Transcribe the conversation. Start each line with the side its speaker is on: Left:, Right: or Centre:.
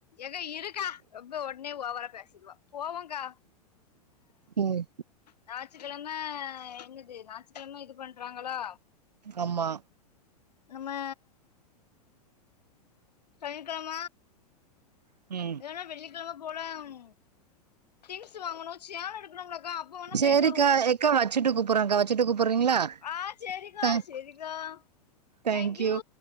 Left: ஏக்கா இருக்கா ரொம்ப ஒட்னே ஓவரா பேசிடுவா போவோக்கா
Right: உம்
Left: ஞாச்சுக்கெழம என்னது ஞாச்சுக்கெழம இது பண்றாங்களா
Right: அம் மா
Left: அம்ம சனிக்கெழம
Right: உம்
Left: வர வெள்ளிக்கெழம போலம் திங்ஸ் வாங்கணு சேல எடுக்கணும்லக்கா அப்ப ஒன்னா போய்ட்டு
Right: சேரிக்கா
Left: வருவோ
Right: எக்கா வச்சுட்டு கூப்புறேக்கா வச்சுட்டு கூப்புறீங்களா
Left: ஆ சேரிக்கா
Right: தேங்க்
Left: சேரிக்கா
Right: தேங்க்யூ
Left: தய்ங்க் யூ